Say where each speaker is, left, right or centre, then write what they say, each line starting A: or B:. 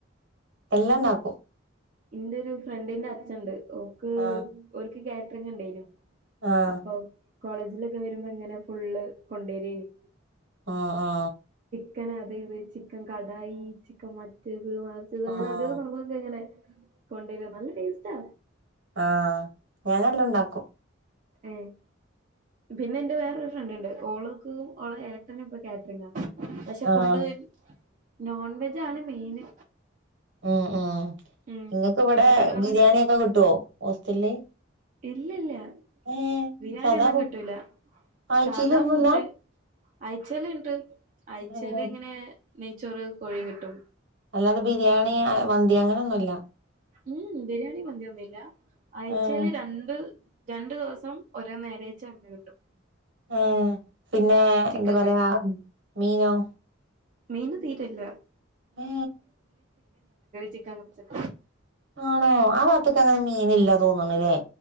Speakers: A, on the right; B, on the right.
A: എല്ലാം ഉണ്ടാക്കും
B: ഇന്റെ ഒരു ഫ്രണ്ടിന്റെ അച്ഛൻണ്ട് ഓക്ക്
A: ആഹ്
B: ഓൽക്ക് കാറ്റ ണ്ടേനു
A: ആഹ്
B: അപ്പൊ കോളേജിലൊക്കെ വരുമ്പോ ഇങ്ങനെ ഫുള്ള് കൊണ്ടേരേനി
A: ആ ആ
B: ചിക്കൻ അതെ ചിക്കൻ കടായി ചിക്കൻ മറ്റ മറച്ചത്
A: ഉം
B: അങ്ങനെ ഓരോ സംഭവംക്കെങ്ങനെ കൊണ്ടുവരു നല്ല ടേസ്റ്റാ
A: ആ ഞാനെല്ലാം ഉണ്ടാക്കും
B: ഏ പിന്നെ എന്റെ വേറൊരു ഫ്രണ്ട്ണ്ട് ഓള്ക്ക് ഓള ഏട്ടന്പ്പൊ കാറ്ററിങ്ങാ പക്ഷെ
A: ആഹ്
B: ഫുള്ള് നോൺവെജാണ് മെയിന്
A: ഉം ഉം
B: ഉം
A: ഇങ്ങക്ക് ഇവിടെ
B: പിന്നെ ഓരോന്ന്
A: ബിരിയാണി ഒക്കെ കിട്ടുവോ ഹോസ്റ്റലില്
B: ഇല്ല ഇല്ല
A: ഏഹ്
B: ബിരിയാണി
A: സാദാ
B: ഒന്നും
A: ഫു
B: കിട്ടൂല്ല
A: ആഴ്ചയിലൊന്നുല്ല
B: സാദാ ഫുഡ് അയച്ചല്ണ്ട് അയ്ച്ചല്ങ്ങനെ
A: എന്തേ
B: നെയ്ച്ചോറ് കോഴി കിട്ടും
A: അല്ലാതെ ബിരിയാണി മന്തി അങ്ങനൊന്നുല്ല
B: ഉം ബിരിയാണി മന്തിയൊന്നില്ല അയ്ച്ചേല്
A: ഏഹ്
B: രണ്ട് രണ്ടു ദെവസം ഓരോ നേരെച്ചാങ്ങെ കിട്ടും
A: ഉം പിന്നെ
B: ചിക്കൻ
A: എന്താ പറയാ
B: കിട്ടും
A: മീനോ
B: മീന് തീരല്ല
A: ഏ
B: ചിക്കൻ പച്ചക്കറി
A: ആണോ ആ പാ ക്കങ്ങനെ മീനില്ല തോന്നണില്ലേ